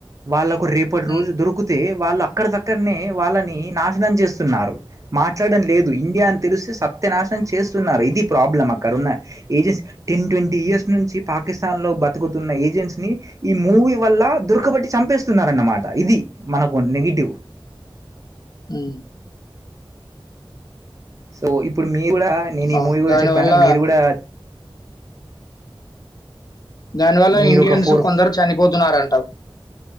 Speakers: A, on the right (about 35°); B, on the left (about 45°).
A: వాళ్ళలకు రేపటి రోజు
B: ఉమ్.
A: దొరికితే వాళ్ళు అక్కడి దక్కడనే వాళ్ళని నాశనం చేస్తున్నారు మాట్లాడడం లేదు ఇండియా అని తెలిస్తే సత్య నాశనం చేస్తున్నారు ఇది problem corona ఏజెన్స ten twenty years నుంచి పాకిస్తాన్ లో బతుకుతున్న ఏజెన్స్ ని ఈ మూడు మూవీ వల్ల దురకబట్టి చంపేస్తున్నన్నమాట ఇది మనకు నెగిటివ్
B: మ్
A: సో ఇప్పుడు మీరు కూడా నేను ఈ
B: అవును
A: మూవీ గురించి
B: దానివల్ల
A: చెప్పాను మీరు కూడా
B: దాని వల్ల
A: మీరు
B: ఇండియన్స్
A: ఒక ఫోర్
B: కొందరు చనిపోతున్నారంటవు